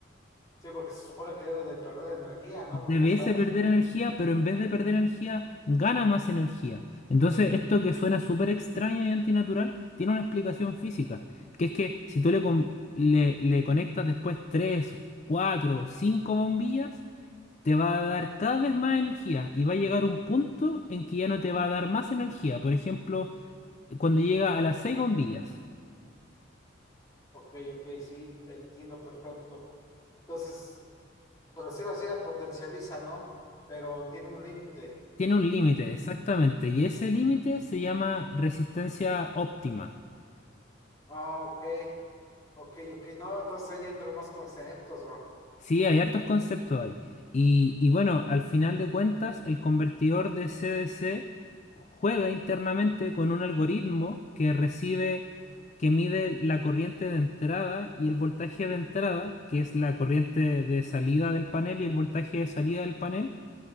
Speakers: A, on the left; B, on the left.
A: sí, porque se supone que debe de perder energía, ¿no?
B: Debiese
A: Porque están
B: perder
A: en...
B: energía, pero en vez de perder energía, gana más energía. Entonces, esto que suena súper extraño y antinatural, tiene una explicación física, que es que si tú le, con- le, le conectas después 3, 4, 5 bombillas, te va a dar cada vez más energía y va a llegar un punto en que ya no te va a dar más energía. Por ejemplo, cuando llega a las seis bombillas,
A: Ok, ok, sí, te entiendo perfecto. Entonces, por decirlo así, la potencializa, ¿no? Pero tiene un límite.
B: tiene un límite, exactamente, y ese límite se llama resistencia óptima.
A: Ah, ok, ok, ok. No, entonces ahí entran más conceptos, bro.
B: Sí, hay hartos conceptos ahí. Y, y bueno, al final de cuentas, el convertidor de C D C juega internamente con un algoritmo que recibe, que mide la corriente de entrada y el voltaje de entrada, que es la corriente de salida del panel y el voltaje de salida del panel.